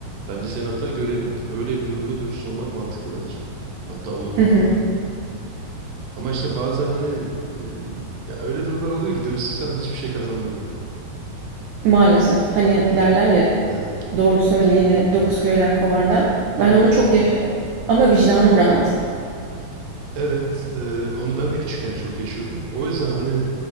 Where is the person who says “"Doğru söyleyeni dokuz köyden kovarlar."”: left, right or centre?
Right